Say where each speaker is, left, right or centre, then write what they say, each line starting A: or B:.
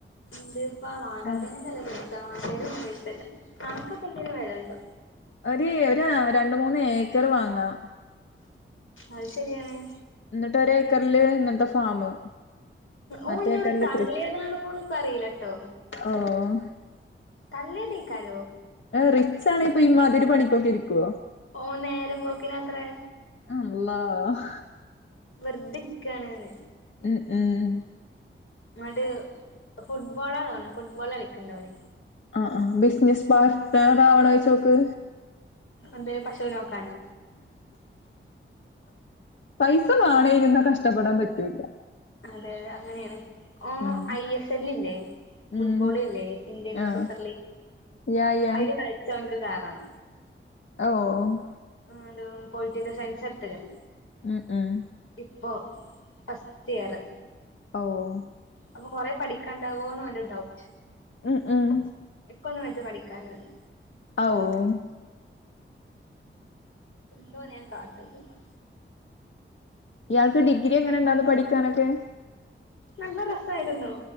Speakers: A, on the left; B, on the left.
A: ഇണ്ട് ഇപ്പ വണ്ടാത്തേനും
B: ഏഹ്
A: ചെലവില്ല വണ്ടുന്നേനും വരത്തില്ല നമുക്ക് ഇപ്പൊ എന്തിനാ വരണ്ടോ
B: ഒര് ഒരു രണ്ടു മൂന്ന് ഏക്കറ് വാങ്ങാം
A: അത് ശരിയാണ്
B: എന്നിട്ട് ഒരു ഏക്കറില് ഇങ്ങനത്തെ ഫാമ്
A: ഓൻ
B: മറ്റേ
A: എന്നോട്
B: ഏക്കറില്
A: തള്ളിയതാണോ എന്ന് അറിയിലട്ടോ
B: ഓഹ്
A: തള്ളിയിടിക്കലോ
B: റിച്ച് ആണ് ഇപ്പൊ ഈമാതിരി പണിക്കൊക്കെയിരിക്കോ
A: ഓഹ് നേരം പോക്കിന അത്രേ
B: അള്ളാഹ
A: വെറുതെ ഇരിക്കുവാനാണ്ന്
B: ഉം ഉം
A: എന്ന <unintelligible> ട്ട് ഫുട്ബോളാ തോണ് ഫുട്ബോൾ കളിക്കണ്ടവന്
B: ആഹ് ആഹ് ബിസിനസ് പാർട്ണർ ആവണോന്ന് ചോദിച്ചു നോക്ക്
A: എന്തെ പശുനെ നോക്കാനോ
B: പൈസ വാണോം എന്നാ കഷ്ടപ്പെടാൻ പറ്റൂല്ല
A: അതെ അങ്ങനെയാണ് ആഹ
B: ഉം
A: ഐ എസ് എല്ല് ഇല്ലേ ഫുട്ബോൾല്ലേ
B: ഉം
A: ഇന്ത്യൻ
B: ആഹ്
A: സിസർലി
B: യാ യാ
A: അയിൽ കളിച്ച് അവനക്ക് കേറണം
B: ഓഹ് ഓഹ്
A: ആഹ് ഹെലോ പൊളിറ്റിക്കൽ സയൻസ് എടുത്തക്കണെ
B: ഉം ഉം
A: ഇപ്പൊ ഫസ്റ്റ് ഇയറ്
B: ഓ <unintelligible>
A: അപ്പൊ കൊറെ പഠിക്കണ്ടാവോ എന്ന് ഓന്ഒരു ഡൗട്ട്
B: ഉം ഉം
A: ഇക്കൊന്നും വജ്ജ പഠിക്കാനോന്ന്
B: ഔ <unintelligible>
A: എന്താ ഓനെ ഞാൻ കാട്ടണതെന്നാ
B: ഇയാൾക്ക് ഡിഗ്രി എങ്ങനെ ഇണ്ടന്ന് പഠിക്കാനൊക്കെ
A: നല്ല റസായിരുന്നു